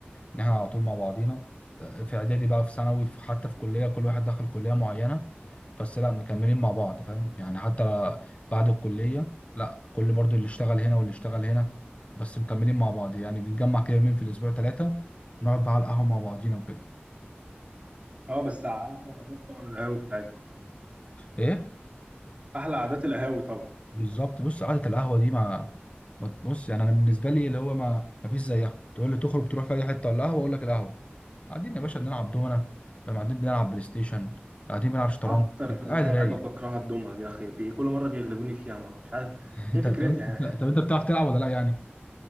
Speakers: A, on the left; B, on the right.
A: ان احنا على طول مع بعضينا في اعدادي بقى في ثانوي في حتى في كليه كل واحد دخل كليه معينه بس لا مكملين مع بعض فاهم يعني حتى بعد الكليه لا كل برضو اللي اشتغل هنا واللي اشتغل هنا بس مكملين مع بعض يعني بنتجمع كده يومين في الاسبوع ثلاثه نقعد بقى على القهوه مع بعضينا وكده
B: اه بس على احلى عادات طبعا القهوة بتاعتكم
A: ايه
B: احلى عادات القهاوي طبعا
A: بالظبط بص قعدة القهوة دي ما ما- بص يعني انا بالنسبة لي اللي هو ما ما فيش زيها تقول لي تخرج تروح في اي حتة ولا قهوة اقول لك القهوة قاعدين يا باشا بنلعب دومنا بقى قاعدين بنلعب بلاي ستيشن قاعدين بنلعب
B: اكتر
A: شطرنج انت
B: لعبه
A: قاعد رايق
B: بكرهها الدومنه دي يا اخي بي- كل مره بيغلبوني فيها ما مش عارف
A: <laughs> انت
B: ايه فكرتها
A: طب انت
B: يعني
A: طب انت بتعرف تلعب ولا لا يعني